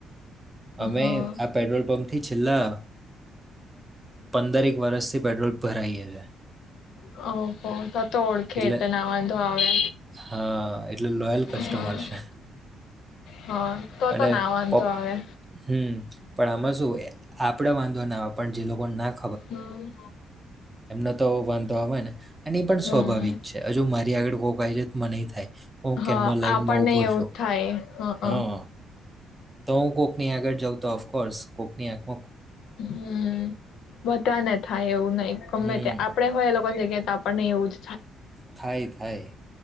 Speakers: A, on the right (about 15°); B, on the left (about 80°).
A: અમે
B: હા
A: આ પેટ્રોલ પંપ થી છેલ્લા પંદરેક વર્ષથી પેટ્રોલ ભરાઈએ છે
B: ઓહ ઓહ <unintelligible> તો ઓળખે
A: એટલે
B: તે ના વાંધો આવે
A: હા એટલે લોયલ કસ્ટમર
B: હમ
A: છે
B: હા તો
A: અને
B: તો ના વાંધો
A: પપ
B: આવે
A: હમ પણ આમાં શું આપડે વાંધો ના હોય પણ જે લોકો નાખ
B: હમ્મ.
A: એમનો તો વાંધો આવે ને અને એ પણ
B: હમ
A: સ્વાભાવિક છે હજુ મારી આગળ <unintelligible> મા નેઈ થાય હું
B: હા
A: કેમનો લાઈનમાં
B: આપણને
A: ઊભો
B: એવું
A: છું
B: થાય હ હ
A: હા તો હું કોકની આગળ જાઉં તો ઓફકોર્સ કોકની આંખ
B: હમ્મ બધાને થાય એવું નહિ ગમે
A: હમ
B: તે આપડે હોય એ લોકોની જગ્યાએ તો આપણ નહી એવુંજ
A: થાય થાય